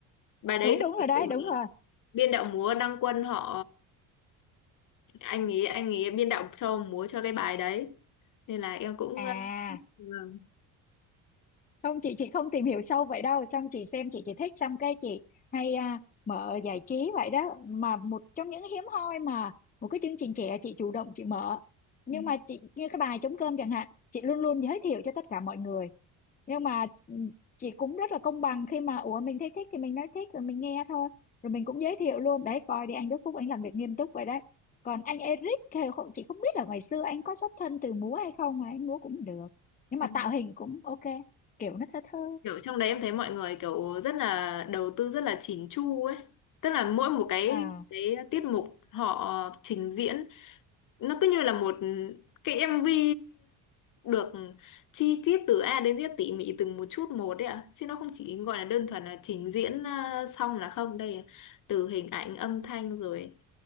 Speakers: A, on the left (about 55°); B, on the left (about 20°).
A: bài đấy
B: đúng đúng
A: được
B: rồi đấy đúng rồi
A: biên đạo múa Đăng Quân họ anh ấy anh ấy biên đạo cho múa cho cái bài đấy nên là em cũng
B: à
A: ờ, vâng.
B: không chị chị không tìm hiểu sâu vậy đâu xong chị xem chị chỉ thích xong cái chị hay à, mở giải trí vậy đó mà một trong những hiếm hoi mà một cái chương trình trẻ chị chủ động chị mở nhưng
A: Ừ.
B: mà chị như cái bài trống cơm chẳng hạn chị luôn luôn giới thiệu cho tất cả mọi người nhưng mà ừ, chị cũng rất là công bằng khi mà ủa mình thấy thích thì mình nói thích rồi mình nghe thôi rồi mình cũng giới thiệu luôn đấy coi đi anh Đức Phúc anh làm việc nghiêm túc vậy đấy còn anh Eric thì không chị không biết là ngày xưa anh có xuất thân từ múa hay không mà anh múa cũng được nhưng
A: Ừ.
B: mà tạo hình cũng ok kiểu nó thơ thơ
A: kiểu trong đấy em thấy mọi người kiểu rất là đầu tư rất là chỉn chu ấy tức là mỗi một cái
B: à
A: cái tiết mục họ trình diễn nó cứ như là một cái MV được chi tiết từ A đến Z tỉ mỉ từng một chút một đấy ạ chứ nó không chỉ gọi là đơn thuần là trình diễn ờ, xong là không đây là từ hình ảnh âm thanh rồi